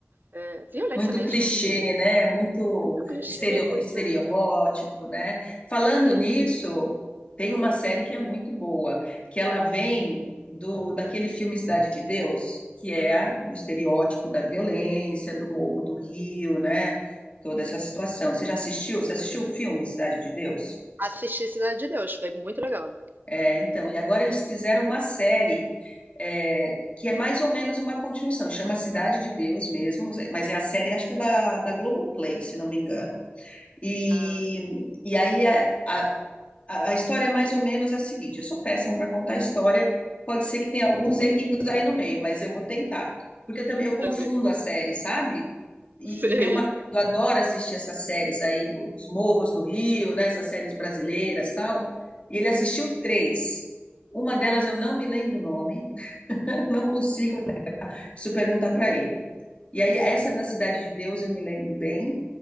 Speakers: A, on the right (about 50°); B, on the left (about 30°).
A: é, violência
B: Muito
A: mesmo.
B: clichê, né? Muito
A: Muito clichê,
B: estereo-
A: pois
B: estereótipo,
A: é.
B: né? Falando
A: Uhum.
B: nisso, tem uma série que é muito boa, que ela vem do daquele filme Cidade de Deus, que é o estereótipo da violência, do Morro do Rio, né? Toda essa situação. Você já assistiu? Você assistiu o filme Cidade de Deus?
A: Assisti Cidade de Deus, foi muito legal.
B: É, então, e agora eles fizeram uma série é, que é mais ou menos uma continuação, chama Cidade de Deus mesmo, mas é a série, acho que é da, da Globoplay, se não me engano. E,
A: Ah,
B: e aí é- a, a a história é mais ou menos a seguinte: eu sou péssima para contar a história, pode ser que tenha alguns errinhos aí no meio, mas eu vou tentar. Porque eu também eu confundo
A: também.
B: a série, sabe? E,
A: Sei.
B: e meu marido adora assistir essas séries aí do- dos Morros do Rio, né? Essas séries brasileiras, tal. E ele assistiu três. Uma delas eu não me lembro o nome, <laughs> não consigo, preciso perguntar para ele. E aí essa da Cidade de Deus eu me lembro bem.